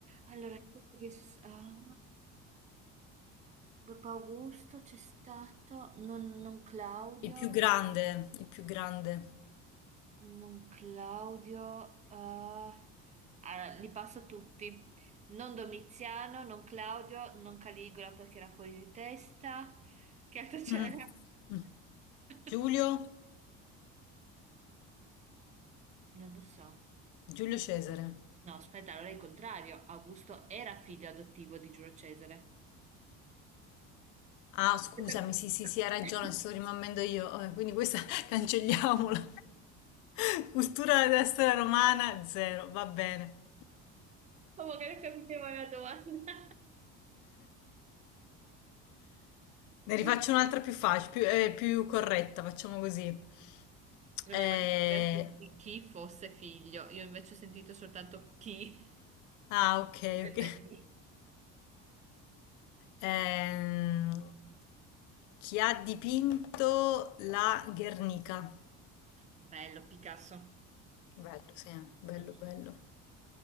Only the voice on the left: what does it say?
Il più grande, il più grande.
Mm. Mm.
Giulio?
Giulio Cesare.
Ah, scusami,
sì, sì,
sì, hai ragione, sto rimanendo io. Eh, Quindi questa <laughs> cancelliamola. <laughs> Cultura della storia romana, zero, va bene.
Ne rifaccio
un'altra più facile, più, eh, più corretta, facciamo così.
Eh,
ah, ok,
ok.
Ehm, chi ha dipinto la Guernica?
Bello, sì, bello,
bello.